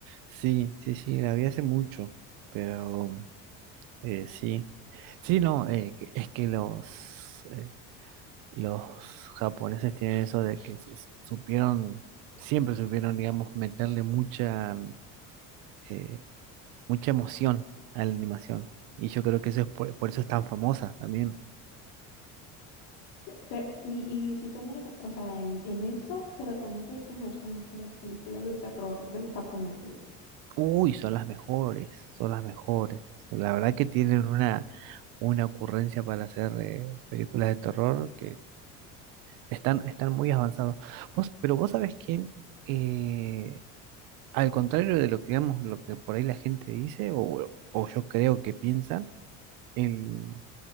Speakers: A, on the right; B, on the left.
A: sí, sí, sí, la vi hace mucho, pero eh, sí. Sí, no, eh, que- es que los, eh, los japoneses tienen eso de que se- se- supieron, siempre supieron, digamos, meterle mucha, eh, mucha emoción a la animación. Y yo creo que eso es por, por eso es tan famosa también.
B: Pe- Pero, y, y sí son buenas, o sea, en, en eso, pero también sabes que me gustan mucho las películas de terror de los japoneses.
A: Uy, son las mejores, son las mejores. La verdad que tienen una, una ocurrencia para hacer eh, películas de terror que están, están muy avanzados. Vos- pero vos sabés que eh, al contrario de lo que digamos, lo que por ahí la gente dice, o, o yo creo que piensa, el,